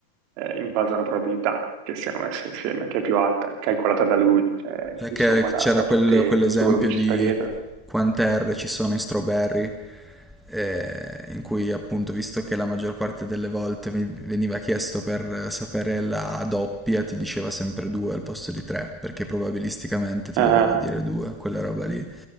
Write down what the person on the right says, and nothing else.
eh, in base a una probabilità che siano messe insieme, che è più alta, calcolata da lui, cioè,
insomma, da,
da
tutte-
tutto quello che ci
sta dietro.
Ah,